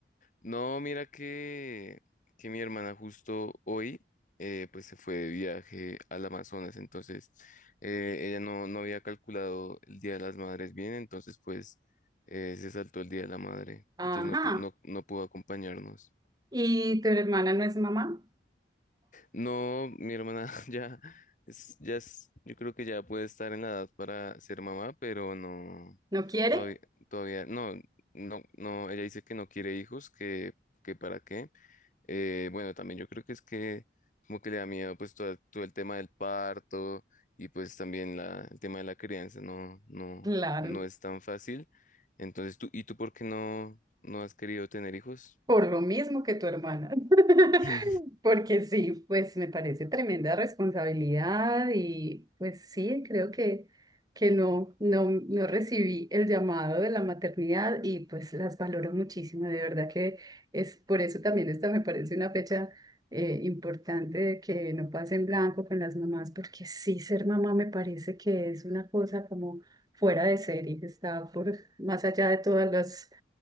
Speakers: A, on the left (about 45°); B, on the right (about 20°).
A: No, mira que, que mi hermana justo hoy eh, pues se fue de viaje al Amazonas, entonces eh, ella no, no había calculado el Día de las Madres bien, entonces pues eh, se saltó el Día de la Madre, entonces
B: Ajá.
A: no, pu- no, no pudo acompañarnos.
B: ¿Y tu hermana no es mamá?
A: No, mi hermana <laughs> ya es, ya es, yo creo que ya puede estar en la edad para ser mamá, pero no,
B: ¿No quiere?
A: todavía, todavía, no, no, no, ella dice que no quiere hijos, que, que para qué. Eh, bueno, también yo creo que es que como que le da miedo pues todo, todo el tema del parto y pues también la, el tema de la crianza, no, no,
B: Claro.
A: no es tan fácil. Entonces tú, ¿y tú por qué no, no has querido tener hijos?
B: Por lo mismo que tu hermana. <laughs>
A: <laughs>
B: Porque sí, pues me parece tremenda responsabilidad y pues sí, creo que, que no, no, no recibí el llamado de la maternidad y pues las valoro muchísimo. De verdad que es por eso también esta me parece una fecha eh, importante de que no pase en blanco con las mamás, porque sí, ser mamá me parece que es una cosa como fuera de serie, está por más allá de todas las